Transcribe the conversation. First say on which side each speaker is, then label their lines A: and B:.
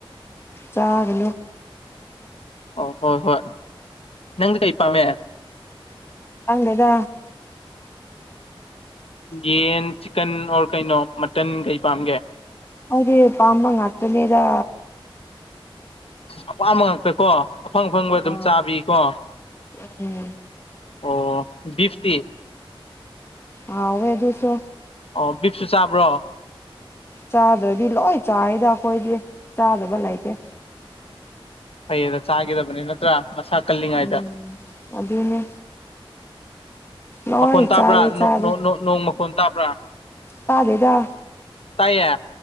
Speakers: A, on the left; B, on the left.
A: ꯆꯥꯒꯅꯨ
B: ꯑꯧ ꯍꯣꯏ ꯍꯣꯏ ꯅꯪꯗꯤ ꯀꯩ ꯄꯥꯝꯃꯦ
A: ꯈꯪꯗꯦꯗ
B: ꯌꯦꯟ ꯆꯤꯀꯟ ꯑꯣꯔ ꯀꯩꯅꯣ ꯃꯇꯟ ꯀꯩ ꯄꯥꯝꯒꯦ
A: ꯃꯣꯏꯗꯤ ꯄꯥꯝꯕ ꯉꯥꯛꯇꯅꯤꯗꯥ
B: ꯑꯄꯥꯝꯕ ꯉꯥꯛꯇ ꯀꯣ ꯑꯐꯪ ꯑꯐꯪꯕ ꯑꯗꯨꯝ
A: ꯑꯣ
B: ꯆꯥꯕꯤ ꯀꯣ
A: ꯎꯝ
B: ꯑꯣ ꯕꯤꯐꯇꯤ
A: ꯍꯥꯎꯋꯦ ꯑꯗꯨꯁꯨ
B: ꯑꯣ ꯕꯤꯞꯁꯨ ꯆꯥꯕ꯭ꯔꯣ
A: ꯆꯥꯗ꯭ꯔꯗꯤ ꯂꯣꯏ ꯆꯥꯏꯗ ꯑꯩꯈꯣꯏꯗꯤ ꯆꯥꯗꯕ ꯂꯩꯇꯦ
B: <unintelligible> ꯆꯥꯒꯗꯕꯅꯤ ꯅꯠꯇ꯭ꯔꯥ ꯃꯁꯥ ꯀꯜꯂꯤꯉꯩꯗ
A: ꯎꯝ ꯑꯗꯨꯅꯦ ꯂꯣꯏ
B: ꯃꯈꯣꯟ ꯇꯥꯕ꯭ꯔꯥ
A: ꯆꯥꯏꯌꯦ
B: <unintelligible>
A: ꯆꯥꯗꯦ
B: ꯅꯣꯡ ꯃꯈꯣꯟ ꯇꯥꯕ꯭ꯔꯥ
A: ꯇꯥꯗꯦꯗ
B: ꯇꯥꯏꯌꯦ